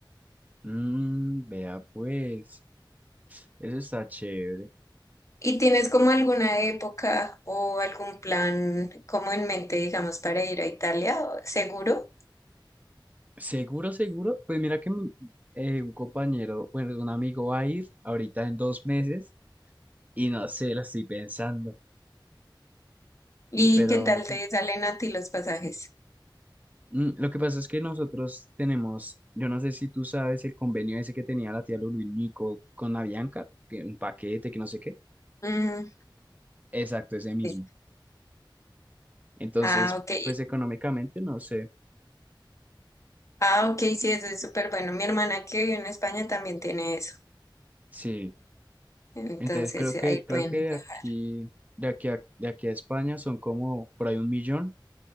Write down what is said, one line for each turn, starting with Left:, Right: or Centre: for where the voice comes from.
Right: mm, vea pues, eso está chévere.
Left: ¿Y tienes como alguna época o algún plan como en mente, digamos, para ir a Italia, seguro?
Right: Seguro, seguro. Pues mira que mi- eh, un compañero, bueno, un amigo va a ir ahorita en dos meses y no sé, lo estoy pensando,
Left: ¿Y
Right: pero
Left: qué tal te salen a ti los pasajes?
Right: Mm, Lo que pasa es que nosotros tenemos, yo no sé si tú sabes el convenio ese que tenía la tía Lulu y Nico con Avianca, que un paquete, que no sé qué.
Left: Ujú.
Right: Exacto, ese mismo.
Left: Sí.
Right: Entonces,
Left: Ah, ok.
Right: pues económicamente no sé.
Left: Ah, ok, sí, eso es súper bueno. Mi hermana que vive en España también tiene eso.
Right: Sí.
Left: Entonces
Right: Entonces creo que
Left: ahí
Right: creo
Left: pueden
Right: que de
Left: viajar.
Right: aquí de aquí a, de aquí a España son como por ahí un millón